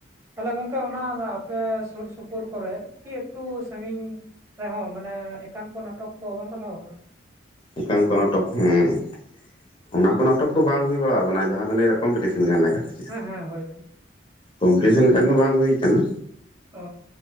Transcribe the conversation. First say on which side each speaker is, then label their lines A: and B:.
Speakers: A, on the right; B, on the left.
A: ᱛᱟᱦᱚᱞᱮ ᱜᱚᱝᱠᱮ ᱚᱱᱟ ᱟᱯᱮ ᱥᱩᱨ ᱥᱩᱯᱩᱨ ᱠᱚᱨᱮ ᱠᱤ ᱮᱠᱴᱩ ᱥᱟᱺᱜᱤᱧ ᱨᱮᱦᱚᱸ ᱢᱟᱱᱮ ᱮᱠᱟᱝᱠᱚ ᱱᱟᱴᱚᱠ ᱠᱚ ᱵᱟᱝ ᱠᱚ ᱫᱚᱦᱚ ᱠᱟᱫᱟ
B: ᱚᱝᱠᱟᱱ ᱠᱚ ᱱᱟᱴᱚᱠ ᱦᱮᱸ ᱚᱱᱟ ᱠᱚ ᱱᱟᱴᱚᱠ ᱫᱚ ᱵᱟᱝ ᱦᱩᱭ ᱵᱟᱲᱟ ᱟᱠᱟᱱᱟ ᱡᱟᱦᱟᱸ ᱵᱮᱱ ᱞᱟᱹᱭᱫᱟ ᱠᱚᱢᱯᱤᱴᱤᱥᱮᱱ ᱞᱮᱠᱟ ᱪᱮᱫ
A: ᱦᱮᱸ ᱦᱮᱸ ᱦᱳᱭ ᱦᱳᱭ
B: ᱠᱚᱢᱯᱤᱴᱤᱥᱮᱱ ᱠᱷᱟᱱ ᱫᱚ ᱵᱟᱝ ᱦᱩᱭ ᱟᱠᱟᱱᱟ
A: ᱚ